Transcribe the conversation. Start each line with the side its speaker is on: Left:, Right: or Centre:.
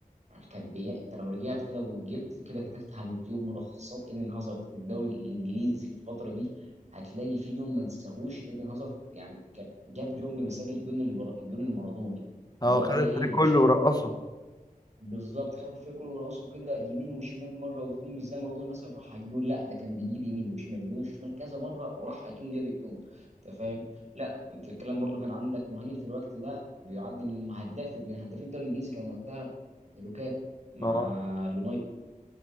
Right: يعني كان بي... انت لو رجعت كده وجبت كده كتبت على اليوتيوب ملخصات ايدن هازارد في الدوري الانجليزي في الفتره دي هتلاقي في جون ما نساهوش ايدن هازارد يعني كان جاب جون بمثابه جون البر... جون المارادوني اللي
Left: هو
Right: هو
Left: خد
Right: بقى ايه
Left: الفريق كله
Right: مش لا
Left: ورقصه
Right: بالظبط خد الفريق كله وراسه كده يمين وشمال مره واثنين مش زي ما رودري مثلا راح على الجون لا ده كان بيجيب يمين وشمال يمين وشمال كذا مره وراح على الجون جاب الجون انت فاهم؟ لا انت الكلام برضو كان عندك مهاجم في الوقت ده بيعد من هداف من هدافين الدوري الانجليزي كان وقتها لوكاكو مع
Left: أه
Right: اليونايتد